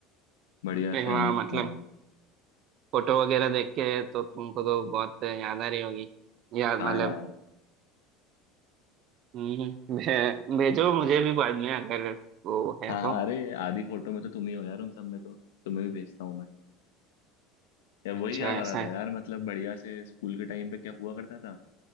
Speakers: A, on the left; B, on the right.
A: बढ़िया
B: मैं
A: से
B: वहाँ
A: हम
B: मतलब
A: हाँ
B: फोटो वगैरह देख के तो तुमको तो बहुत याद आ रही होगी यार
A: हाँ
B: मतलब
A: यार
B: हम्म, भे- भेजो मुझे भी बाद में अगर वो है
A: हाँ
B: तो
A: हाँ अरे आधी फोटो में तो तुम ही हो यार उन सब में तो तुम्हें भी भेजता हूँ मैं या
B: अच्छा
A: वही याद आ
B: ऐसा
A: रहा था
B: है
A: यार मतलब बढ़िया से स्कूल के टाइम पे क्या हुआ करता था